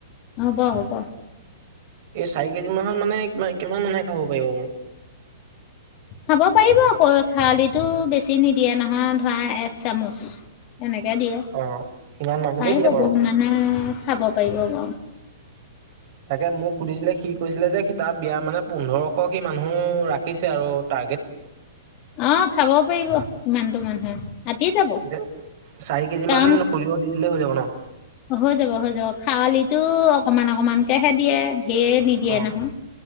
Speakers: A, on the left; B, on the right.
A: হ'ব হ'ব
B: এই চাৰি কেজি মাহত মানে কিমান-কিমান মানুহে খাব <unintelligible>
A: খাব পাৰিব আকৌ খাৰলিতো বেছি নিদিয়ে নহয় ধৰা এক চামুচ। এনেকে দিয়ে,
B: অ', সিমান মানকে
A: পাৰিব
B: দিয়ে বাৰু।
A: ব মানুহে খাব পাৰিব বাৰু।
B: তাকে মোক সুধিছিলে সি কৈছিলে যে সি তাৰ বিয়া মানে পোন্ধৰশ সি মানুহ ৰাখিছে আৰু টাৰ্গেট।
A: অঁ খাবও পাৰিব ইমানতো মানুহে। আঁতি যাব
B: এতিয়া চাৰি কেজি
A: কাৰণ
B: মান সৰিয়হ দি দিলেই হৈ যাব ন।
A: হৈ যাব- হৈ যাব খাৰলিটো অকমান অকমানকেহে দিয়ে। ধেৰ নিদিয়ে
B: অ',
A: নহয়,